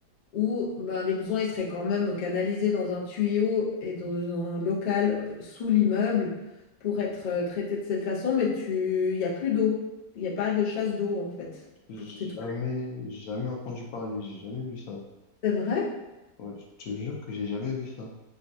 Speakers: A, on the left (about 85°); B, on the left (about 70°).
A: où ben, les besoins ils seraient quand même canalisés dans un tuyau et dans un local sous l'immeuble pour être euh, traités de cette façon, mais tu... il n'y a plus d'eau. Il n'y a pas de chasse d'eau, en fait,
B: jamais,
A: pour tes toilettes.
B: jamais entendu parler, j'ai jamais vu ça.
A: C'est vrai?
B: Ouais, je te jure que j'ai jamais vu ça. Du